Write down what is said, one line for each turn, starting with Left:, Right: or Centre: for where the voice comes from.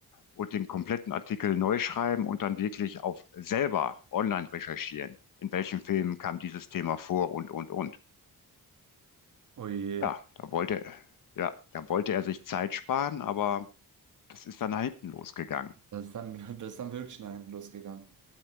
Left: und den kompletten Artikel neu schreiben und dann wirklich auf selber online recherchieren. In welchen Filmen kam dieses Thema vor und, und, und.
Right: oh je.
Left: Ja, da wollte, ja, da wollte er sich Zeit sparen, aber das ist dann nach hinten losgegangen.
Right: Das ist dann, <laughs> das ist dann wirklich nach hinten losgegangen.